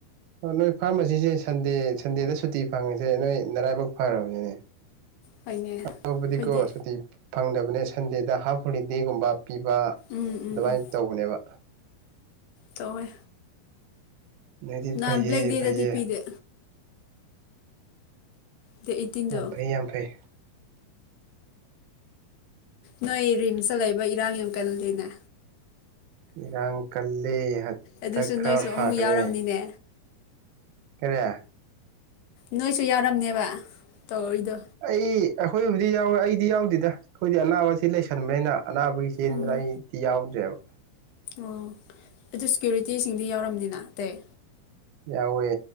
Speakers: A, on the right; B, on the left.
A: ꯑꯣ ꯅꯣꯏ ꯐꯥꯔꯃꯥꯁꯤꯁꯦ ꯁꯟꯗꯦ ꯁꯟꯗꯦꯗ ꯁꯨꯇꯤ ꯐꯪꯉꯤꯁꯦ ꯅꯣꯏ ꯅꯔꯥꯏꯕꯛ ꯐꯔꯕꯅꯤꯅꯦ
B: ꯍꯣꯏꯅꯦ ꯑꯩꯈꯣꯏꯗꯤ
A: ꯑꯇꯣꯕꯗꯤ ꯀꯣ ꯁꯨꯇꯤ ꯐꯪꯗꯕꯅꯦ ꯁꯟꯗꯦꯗ ꯍꯥꯞ ꯍꯣꯂꯤꯗꯦꯒꯨꯝꯕ ꯄꯤꯕ
B: ꯎꯝ ꯎꯝ
A: ꯑꯗꯨꯃꯥꯏꯅ
B: ꯎꯝ
A: ꯇꯧꯕꯅꯦꯕ
B: ꯇꯧꯋꯦ
A: ꯑꯗꯨꯗꯤ
B: ꯅꯍꯥꯟ
A: ꯐꯩꯌꯦ
B: ꯕ꯭ꯂꯦꯛ ꯗꯦꯗꯗꯤ
A: ꯐꯩꯌꯦ
B: ꯄꯤꯗꯦ ꯗꯦꯠ ꯑꯩꯠꯇꯤꯟꯗꯣ
A: ꯌꯥꯝ ꯐꯩ ꯌꯥꯝ ꯐꯩ
B: ꯅꯣꯏ ꯔꯤꯝꯁꯇ ꯂꯩꯕ ꯏꯔꯥꯡ ꯌꯥꯝ ꯀꯜꯂꯤꯅꯦ
A: ꯏꯔꯥꯡ ꯀꯜꯂꯦ ꯍꯟꯗꯛ
B: ꯑꯗꯨꯁꯨ
A: ꯈꯔ
B: ꯅꯣꯏꯁꯨ
A: ꯐꯥꯈ꯭ꯔꯦ
B: ꯑꯃꯨꯛ ꯌꯥꯎꯔꯝꯅꯤꯅꯦ
A: ꯀꯔꯤ
B: ꯅꯣꯏꯁꯨ ꯌꯥꯎꯔꯝꯅꯦꯕ ꯇꯧꯔꯤꯗꯣ
A: ꯑꯩ ꯑꯩꯈꯣꯏꯕꯨꯗꯤ ꯌꯥꯎꯋꯦ ꯑꯩꯗꯤ ꯌꯥꯎꯗꯦꯗ ꯑꯩꯈꯣꯏꯗꯤ ꯑꯅꯥꯕ ꯁꯤ ꯂꯩꯁꯟꯕꯅꯤꯅ ꯑꯅꯥꯕꯒꯤ ꯆꯦꯟꯕꯗ
B: ꯎꯝ
A: ꯑꯩꯗꯤ ꯌꯥꯎꯗ꯭ꯔꯦꯕ
B: ꯑꯣ ꯑꯗꯨ ꯁꯦꯀ꯭ꯌꯨꯔꯤꯇꯤꯁꯤꯡꯗꯤ ꯌꯥꯎꯔꯝꯅꯤꯅ ꯑꯇꯩ
A: ꯌꯥꯎꯋꯦ